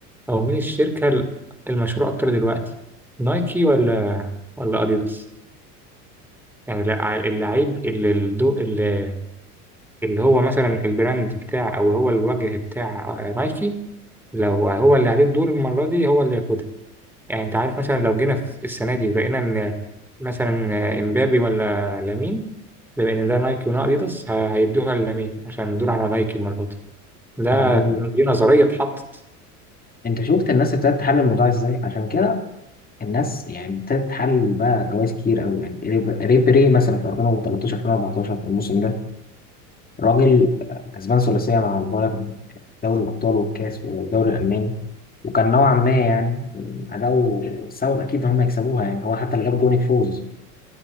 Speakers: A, in the centre; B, on the left.
A: او مين الشركه ال- المشهوره اكتر دلوقتي نايكي ولا ولا اديداس يعني لا، اللعيب اللي الدو... اللي هو مثلا البراند بتاع او هو الوجه بتاع آه، نايكي لو هو اللي عليه الدور المره دي هو اللي ياخدها يعني انت عارف مثلا لو جينا في السنه دي لقينا ان مثلا آه، امبابي ولا لامين بما ان ده نايكي وده اديداس ه- هيدوها للامين عشان الدور على نايكي المره دي ده
B: دي
A: دي نظريه اتحطت
B: انت شفت الناس ابتدت تحلل الموضوع ازاي عشان كده الناس يعني ابتدت تحلل بقى جوائز كتير قوي يعني ريب- ريبيري مثلا في 2013 2014 الموسم ده راجل كسبان ثلاثيه مع البايرن دوري الابطال والكاس والدوري الالماني وكان نوعا ما يعني اداؤه سبب اكيد ان هم يكسبوها يعني هو حتى اللي جاب جون الفوز